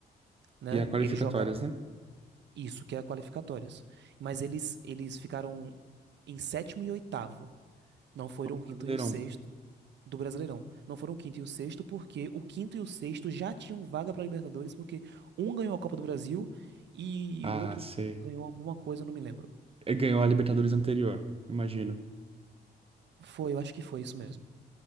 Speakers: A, on the right (about 75°); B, on the right (about 30°).
A: né?
B: Que é a qualificatórias,
A: Eles jogaram
B: né?
A: isso, que é a qualificatórias. Mas eles, eles ficaram em sétimo e oitavo. Não foram
B: O
A: o
B: Brasileirão.
A: quinto e o sexto. do Brasileirão. Não foram o quinto e o sexto, porque o quinto e o sexto já tinham vaga para Libertadores, porque um ganhou a Copa do Brasil e
B: Ah,
A: o outro
B: sei.
A: ganhou alguma coisa, eu não me lembro.
B: É, Ganhou a Libertadores anterior, imagino.
A: Foi, eu acho que foi isso mesmo.